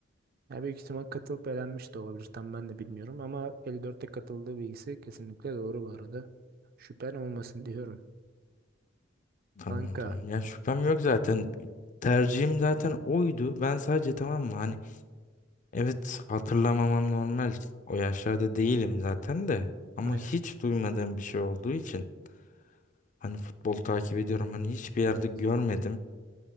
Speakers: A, on the right; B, on the left.
A: Ya büyük ihtimal katılıp elenmiş de olabilir. Tam ben de bilmiyorum ama 54'te katıldığı bilgisi kesinlikle doğru bu arada. Şüphen olmasın diyorum.
B: Tamam
A: Kanka.
B: tamam. Ya şüphem yok zaten. Tercihim zaten oydu. Ben sadece tamam mı hani evet hatırlamamam normal. O yaşlarda değilim zaten de. Ama
A: Aynen.
B: hiç duymadığım bir şey olduğu için hani futbol takip ediyorum. Hani hiçbir yerde
A: Evet.
B: görmedim.